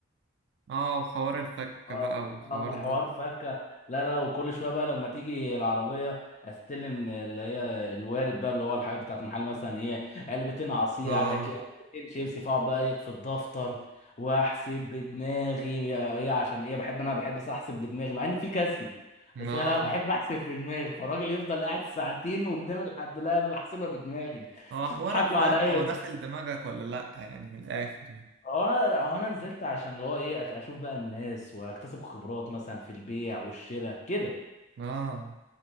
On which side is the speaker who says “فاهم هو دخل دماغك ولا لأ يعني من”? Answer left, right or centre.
Right